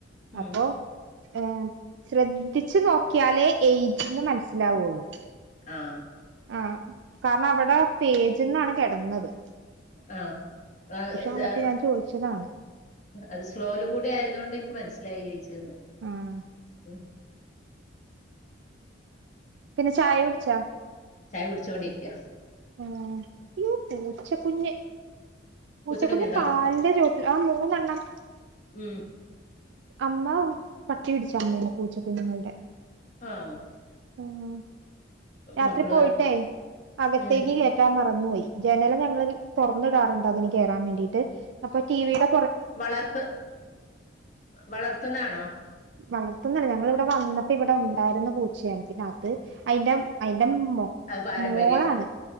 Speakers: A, on the left (about 40°); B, on the right (about 65°).
A: ഉം
B: അപ്പൊ ഏ ശ്രദ്ധിച്ചു നോക്കിയാലേ ഏജ്ന്ന് മനസ്സിലാവുള്ളു
A: ആഹ്
B: ആ കാരണം അവടെ പേജിന്നാണ് കെടന്നത്
A: ആഹ് ആ ഇത്
B: വന്നിട്ട്
A: ആ
B: ഞാൻ ചോദിച്ചതാണ്
A: അത് സ്ലോലും കൂടി ആയതോണ്ട് ഇൻക്ക് മൻസ്സില <unintelligible>
B: ആഹ്
A: <unintelligible>
B: പിന്നെ ചായുട്ച്ചോ
A: ചായ കുടിച്ചോണ്ടിരിക്കാ
B: ആഹ് ഇയ്യോ പൂച്ച കുഞ്ഞ് പൂച്ചക്കുഞ്ഞ്
A: പൂച്ചക്കുഞ്ഞുണ്ടോ
B: കാല്ന്റെ ചോട്ട്ല് ആ മൂ മൂന്നെണ്ണം
A: ഉം
B: അമ്മാ പട്ടി പിടിച്ച് അമ്മേനെ പൂച്ച കുഞ്ഞ്ങ്ങള്ടെ
A: ആഹ്
B: ആഹ് രാത്രി
A: മക്കള്
B: പോയിട്ടേ അക
A: ഉം
B: ക്കാന് മറന്ന് പോയി ജനല് ഞങ്ങള് ഒര് തൊറന്ന്ടാറ്ണ്ട് അതിന് കേറാ വേണ്ടീട്ട് അപ്പൊ ഈ ടീവിടെ
A: വളർത്ത് വളർത്തുന്നാണോ
B: വളർത്തുന്നല്ല ഞങ്ങള് ഇവടെ വന്നപ്പെ ഇവടെ ഉണ്ടായിരുന്ന പൂച്ചയാണ് പിന്നെ അത് അയിന്റെ അയി ലെമ്മോ
A: അത് പാരമ്പര്യം
B: മോളാണ്